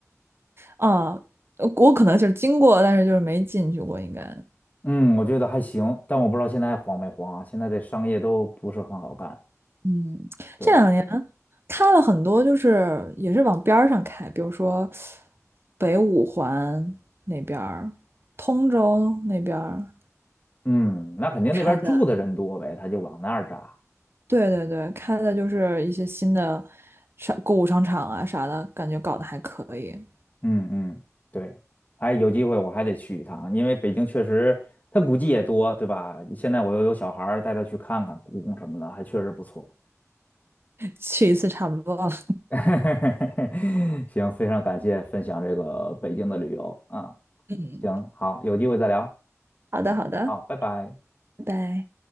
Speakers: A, on the right (about 45°); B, on the left (about 30°).
A: 啊。呃我可能就是经过，但是就是没进去过，应该。
B: 嗯，我觉得还行，但我不知道现在还黄没黄啊？现在这商业都不是很好干。
A: 嗯，
B: 对。
A: 这两年开了很多，就是也是往边儿上开，比如说北五环那边儿、通州那边儿
B: 嗯，那肯定那边住的人多呗，
A: 开的，
B: 他就往那儿扎。
A: 对对对，开的就是一些新的商购物商场啊啥的，感觉搞得还可以，
B: 嗯嗯，对，哎，有机会我还得去一趟，因为北京确实它古迹也多，对吧？现在我又有小孩儿，带他去看看故宫什么的，还确实不错。
A: 去一次差不多了。
B: <laughs> 行，非常感谢分享这个北京的旅游啊，
A: 嗯，
B: 行，好，有机会再聊，
A: 好的好的，
B: 好，拜拜。
A: 拜拜。